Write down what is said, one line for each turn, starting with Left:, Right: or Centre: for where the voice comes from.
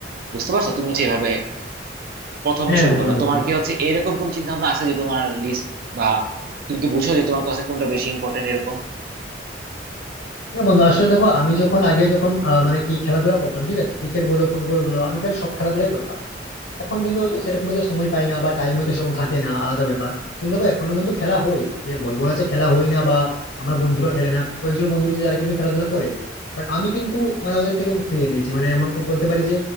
Right: বুঝতে পারছো তুমি হচ্ছে এভাবে প্রথমে
Left: হ্যাঁ
Right: শুরু
Left: হ্যাঁ
Right: করবা
Left: হ্যাঁ, বন্ধু
Right: তোমার কি হচ্ছে এরকম কোনো চিন্তা ভাবনা আছে যে তোমার লিস্ট বা তুমি কি বুঝো যে তোমার কাছে কোনটা বেশি ইম্পর্টেন্ট এরকম
Left: হ্যাঁ বন্ধু আসলে দেখো আমি যখন আগে যখন আহ, মানে কি খেলাধুলা করতাম ঠিক আছে ক্রিকেট বলো ফুটবল বলো আমি প্রায় সব খেলাধুলাই করতাম এখন কিন্তু হয়তো সেরকম হয়তো সময় পাই না বা টাইম হয়তো সেরকম থাকে না আলাদা ব্যাপার কিন্তু দেখো এখনো কিন্তু খেলা হয় যে বলবো না যে খেলা হয় না বা আমার বন্ধুরা খেলে না কয়েকজন বন্ধু রয়েছে যারা কিন্তু খেলাধুলা করে বাট আমি কিন্তু মানে ওদের থেকে মুখ ফিরিয়ে নিয়েছি মানে এমন করে বলতে পারি যে